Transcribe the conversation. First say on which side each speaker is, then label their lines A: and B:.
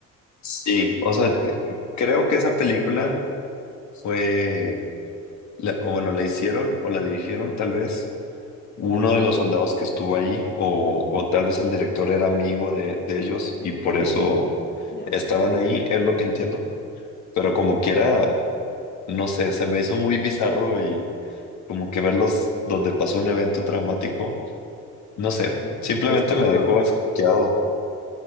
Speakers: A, on the left; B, on the left.
A: Sí, o sea, eh, creo que esa película fue, la- o bueno, la hicieron o la dirigieron tal vez uno de los soldados que estuvo ahí, o, o tal vez el director era amigo de, de ellos y por eso
B: Mm, ya.
A: estaban ahí, es lo que entiendo. Pero como quiera, no sé, se me hizo muy bizarro y como que verlos donde pasó un evento traumático, no sé,
B: Sobre,
A: simplemente
B: sobre todo
A: me
B: por,
A: dejó asqueado.